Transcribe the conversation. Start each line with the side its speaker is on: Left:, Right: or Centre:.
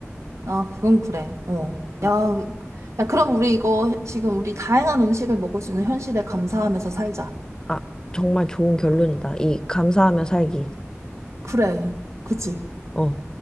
Right: 아, 그건 그래. 어.
Left: 음.
Right: 야, 야, 그럼 우리 이거 지금 우리 다양한 음식을 먹을 수 있는 현실에 감사하면서 살자.
Left: 아, 정말 좋은 결론이다. 이 감사하며 살기.
Right: 그래. 그치?
Left: 어.